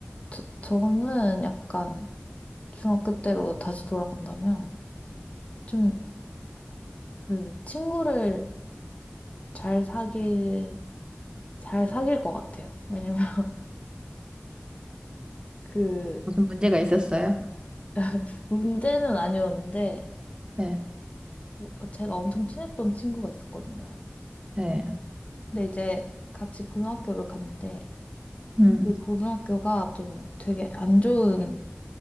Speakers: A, on the left; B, on the right.
A: 저, 저는 약간 중학교 때로 다시 돌아간다면 좀 그 친구를 잘 사귈, 잘 사귈 것 같아요. 왜냐면 <laughs> 그
B: 무슨 문제가 있었어요?
A: <laughs> 문제는 아니었는데
B: 네.
A: 뭐 제가 엄청 친했던 친구가 있었거든요.
B: 네.
A: 근데 이제 같이 고등학교를 갔는데
B: 음.
A: 그 고등학교가 좀 되게 안 좋은